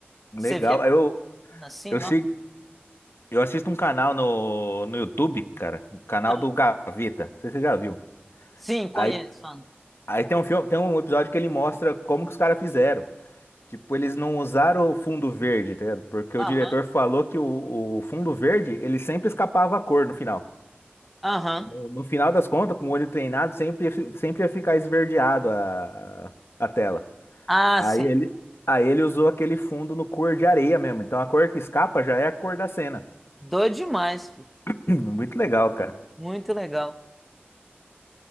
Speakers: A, on the left (about 75°); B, in the centre.
A: legal.
B: Você vê a
A: Eu
B: cona assim,
A: eu
B: nossa.
A: sigo, eu assisto um canal no, no YouTube, cara, o canal
B: Ah,
A: do Gaveta. Não sei se você já viu.
B: sim, conheço.
A: Aí
B: Ana.
A: aí tem um filme, tem um episódio que ele mostra como que os caras fizeram. Tipo, eles não usaram o fundo verde, tá ligado? Porque
B: Aham,
A: o diretor falou que o, o fundo verde, ele sempre escapava a cor no final.
B: aham.
A: No, no final das contas, com o olho treinado, sempre, ia fi- sempre ia ficar esverdeado a, a tela.
B: Ah,
A: Aí
B: sim.
A: ele, aí ele usou aquele fundo no cor de areia mesmo. Então a cor que escapa já é a cor da cena.
B: Doido demais, filho.
A: <clears throat> Muito legal, cara.
B: Muito legal.